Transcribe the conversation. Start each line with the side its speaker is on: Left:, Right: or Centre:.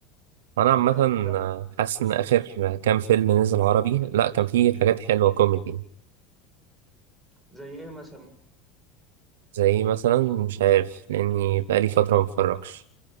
Right: أنا
Centre: آه
Right: عامة
Centre: بتاع
Right: آه، حاسس إن آخر كام فيلم نزل عربي لأ كان فيه حاجات حلوة كوميدي
Centre: زي ايه مثلا
Right: زي مثلا مش عارف لأني بقالي فترة متفرجش